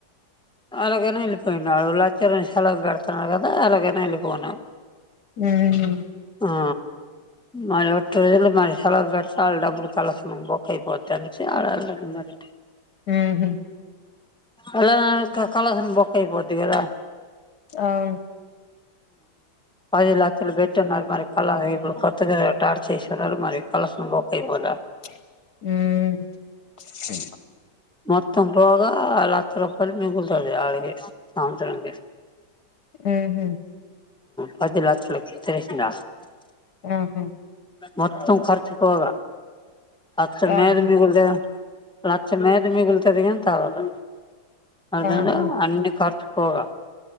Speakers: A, in the centre; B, on the left.
A: అలాగనే వెళ్ళిపోయినా వాడు లచ్చరం సెల పెడుతున్నారు కదా అలాగనే ఎల్లి పోనా
B: ఉహు
A: ఆ మరి ఒట్టి రోజులు మరి సెలవు పెడితే వాళ్ళ డబ్బులు కలసినం బొక్ అయిపోద్ అనిసి వాడ వెళ్ళండి మరి
B: ఉమ్మ్
A: అలా కళసన బొక్కయి పోతదిగద
B: అవును
A: పది లక్షలు పెట్టిన్నారు మరి కళ ఇప్పుడు కొత్తగ టార్చ్ ఎసీ మరి కలెక్షన్ బొక్క అయిపోద
B: హమ్
A: మొత్తం పొగ లక్ష రూపాయల్ మిగుల్తది అడిగి సాయంత్రానికి
B: ఉహ్మ
A: పది లక్షలు <unintelligible>
B: ఉమ్మ్
A: మొత్తం ఖర్చుపొగ అత్ర
B: ఆహా
A: మేలు మిగలేదే ప్ర మేత మీగులుతది గని తాగదు అ
B: ఆహా
A: అన్ని ఖర్చ పోగా